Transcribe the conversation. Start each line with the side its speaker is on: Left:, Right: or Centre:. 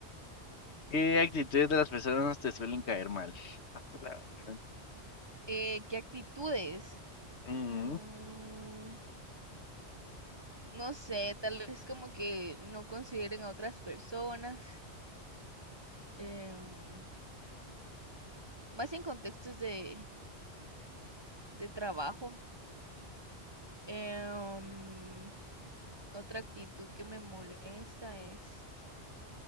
Left: ¿Qué actitudes de las personas te suelen caer mal? A la gran-
Right: Eh, ¿qué actitudes?
Left: Ujú.
Right: Mm, no sé, tal vez como que no consideren a otras personas, em, más en contextos de, de trabajo. Em, otra actitud que me molesta es...